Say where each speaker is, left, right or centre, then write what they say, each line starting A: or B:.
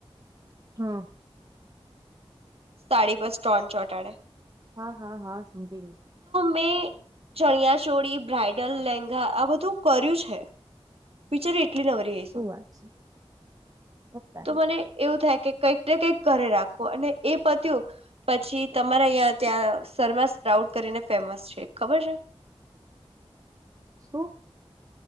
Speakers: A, on the right; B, on the right.
A: હા
B: સાડી પાસ ટ્રણ ચોટાડે.
A: હા હા હા. સમજી ગઈ.
B: મેં ચણિયા ચોળી બ્રાઇડલ લેંગા આ બધું કર્યું છે. બિચારી કેલી નરીશું
A: શું વાત છે તારી
B: તો મને એવું થાય કે કઈક ને કંઈક ઘ રાખો અને એ પત્યું પછી તમારા અહં ત્યાં શર્માસ પ્રાઉડ કરીને ફેમસ છે ખબર છે.
A: શું?